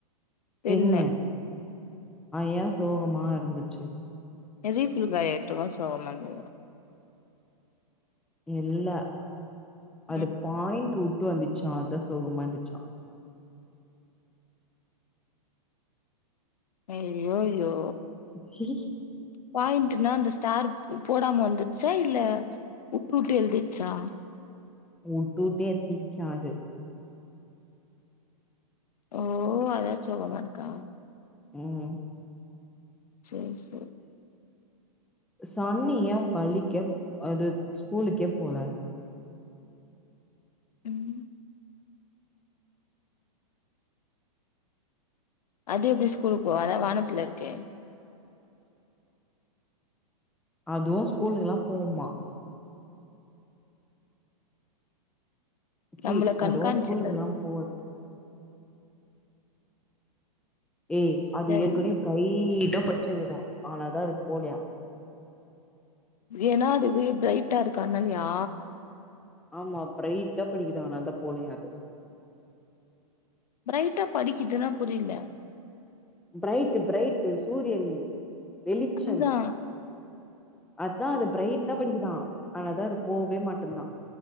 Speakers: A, on the left; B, in the centre.
A: பெண்ணு
B: பென்னு யா சோகமா இ இருந்துச்சி
A: ய ரிஃபில் காய எட்டுவ சோக மந்தவோ
B: இல்ல அது
A: ம்
B: பாய்ண்ட்வு உட்டு வந்துச்சா அதா சோகமா இருந்துச்சா
A: அயோயோ
B: <unintelligible>
A: பாயிண்டுன்னா அந்த ஸ்டார் போடாம வந்துடுச்சா இல்ல உட்டு உட்டு எலுதிட்ச்சா
B: உட்டு உட்டு எலுதிட்டுச்சா அது
A: ஓ அதா சோகமா இருக்கா
B: ம்
A: சேரி சேரி
B: சான்னி யா பலிக்க அது ஸ்கூலுக்கே போல
A: ம் அது எப்டி ஸ்கூலுக்கு போவா அதா வானத்துல இருக்கே
B: அதுவு ஸ்கூலுக்குல்லா போவுமா சி
A: நம்மள கண்காணிச்சிருந்தது
B: அதுவு ஸ்கூலுக்குல்லா போது ஏய் அது
A: தெர்ல
B: ஏற்கனவே பிரைடாப் பச்சங்கதா அதுனாலதா அது போலியா
A: ஏன்னா அதுவே பிரைட்டா இருக்கா அதுனால்யா
B: ஆமா பிரைட்டா படிக்குதா அதனாலதா போலியா அது
A: ப்ரைட்டா படிக்குதுன்னா புரில
B: ப்ரைட்டு ப்ரைட்டு சூரியன் வெளிச்சம்
A: அதுதா
B: அதா அது ப்ரைட்டா படிக்குதா அதுனாலதா அது போவே மாட்டந்தா